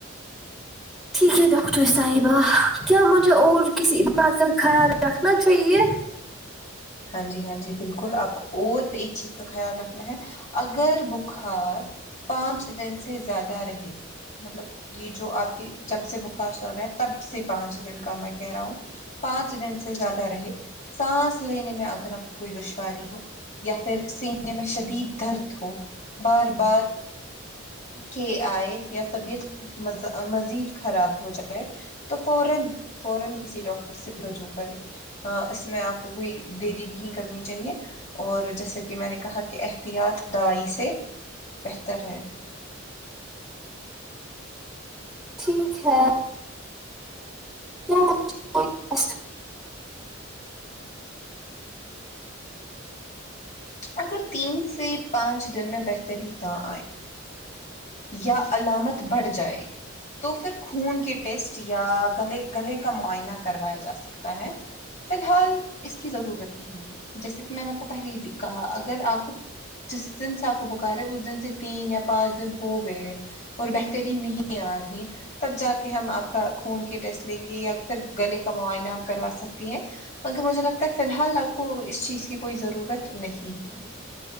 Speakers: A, in the centre; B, on the left (about 35°).
A: ٹھیک ہے ڈاکٹر صاحبہ کیا مجھے اور کسی بات کا خیال رکھنا چاہیے
B: ہاں جی ہاں جی بالکل آپ کو اور ایک چیز کا خیال رکھنا ہے اگر بخار پانچ دن سے زیادہ رہے مطلب یہ جو آپ کی جب سے بخار چل رہا ہیں تب سے پانچ دن کا میں کہہ رہا ہوں پانچ دن سے زیادہ رہے سانس لینے میں اگر آپ کو کوئی دشواری ہو یا پھر سینے میں شدید درد ہو بار بار کہ آئے یا طبیعت مزید خراب ہو جا تو فورا فورا کسی ڈاکٹر سے رجوع کرے اس میں آپ کو کوئی دیری نہیں کرنی چاہیے اور جیسے کہ میں نے کہا کہ احتیاط دائی سے بہتر ہے
A: ٹھیک ہے مجھے کوئی ٹیسٹ-
B: اگر تین سے پانچ دن میں بہتر ہی نہ آئے یا علامت بڑھ جائے تو پھر خون کے ٹیسٹ یا گلے گلے کا معائنہ کروایا جا سک تا ہے فی الحال اس کی ضرورت نہیں جیسے کہ میں نے آپ کو پہلے ہی بھی کہا اگر آپ جس دن ساک و بکار ہے اس دن سے تین یا پانچ دن ہو گئے اور بہترین نہیں آ رہی تب جا کے ہم آپ کا خون کے ٹیسٹ لیں گے یا اکثر گلے کا معائنہ آپ کروا سکتی ہیں اگر مجھے لگتا ہے فی الحال آپ کو اس چیز کی کوئی ضرورت نہیں ہے